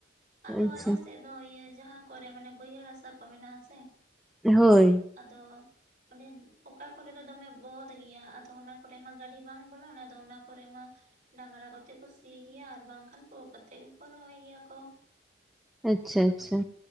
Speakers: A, on the right (about 40°); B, in the centre.
A: ᱟᱫᱚ
B: ᱟᱪᱪᱷᱟ
A: ᱟᱞᱮ ᱥᱮᱫ ᱫᱚ ᱤᱭᱟᱹ ᱡᱟᱦᱟᱸ ᱠᱚᱨᱮ ᱢᱟᱱᱮ ᱵᱟᱹᱭᱦᱟᱹᱲ ᱦᱟᱥᱟ ᱠᱚ ᱢᱮᱱᱟᱜᱼᱟ ᱥᱮ
B: ᱦᱳᱭ ᱾
A: ᱟᱫᱚᱻ ᱾ ᱚᱸᱰᱱᱮ ᱚᱠᱟ ᱠᱚᱨᱮ ᱫᱚ ᱫᱚᱢᱮ ᱵᱚᱫᱷ ᱜᱮᱭᱟ ᱾ ᱟᱫᱚ ᱚᱱᱟ ᱠᱚᱨᱮ ᱢᱟ, ᱜᱟᱹᱰᱤ ᱵᱟᱝ ᱵᱚᱞᱚᱱᱟ ᱟᱫᱚ ᱚᱱᱟ ᱠᱚᱨᱮ ᱢᱟ ᱰᱟᱝᱨᱟ ᱠᱚᱛᱮ ᱠᱚ ᱥᱤ ᱜᱮᱭᱟ᱾ ᱟᱨ ᱵᱟᱝᱠᱷᱟᱱ ᱯᱳ ᱠᱟᱛᱮ ᱦᱚᱸᱠᱚ ᱨᱚᱦᱚᱭ ᱜᱮᱭᱟ ᱠᱚ ᱾
B: ᱟᱪᱪᱷᱟ - ᱟᱪᱪᱷᱟ